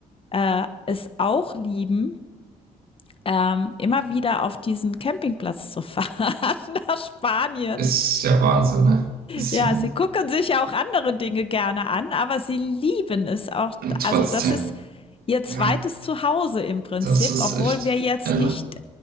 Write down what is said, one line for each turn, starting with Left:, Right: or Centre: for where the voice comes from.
Left: äh, es auch lieben, ähm, immer wieder auf diesen Campingplatz zu fahren <laughs> nach Spanien.
Right: Ist ja Wahnsinn, ne? Ist
Left: Ja,
Right: ja Wahnsinn.
Left: sie gucken sich ja auch andere Dinge gerne an, aber sie lieben es auch.
Right: Und trotzdem,
Left: Also das ist ihr zweites
Right: ja,
Left: Zuhause im Prinzip,
Right: das ist
Left: obwohl
Right: echt
Left: wir jetzt
Right: irre.
Left: nicht